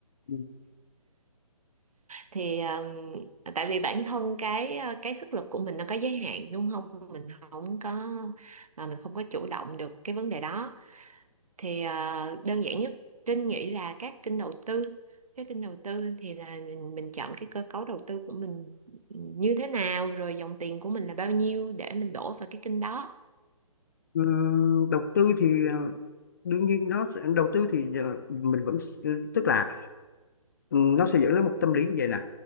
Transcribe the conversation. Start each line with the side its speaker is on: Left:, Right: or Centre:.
Left: Ừ,
Right: thì um, tại vì bản thân cái cái sức lực của mình nó có giới hạn đúng không mình không có mà mình không có chủ động được cái vấn đề đó thì uh, đơn giản nhất Trinh nghĩ là các kênh đầu tư cái kênh đầu tư thì là mình, mình chọn cái cơ cấu đầu tư của mình như thế nào rồi dòng tiền của mình là bao nhiêu để mình đổ vào cái kênh đó
Left: Ừm, đầu tư thì ờ, đương nhiên nó sẽ- đầu tư thì ờ, mình vẫn s- tức là ừm, nó sẽ dẫn đến một tâm lý như vậy nè